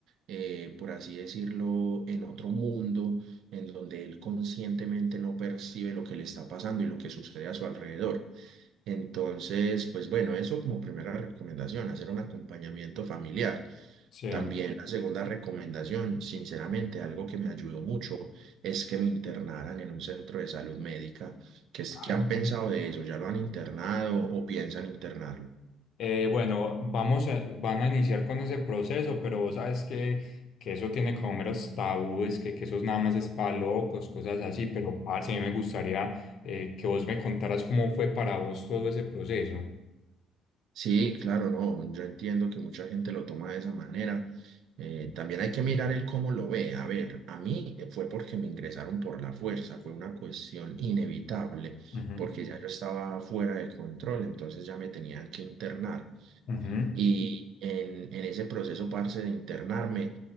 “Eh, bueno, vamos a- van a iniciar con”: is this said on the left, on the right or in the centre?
Left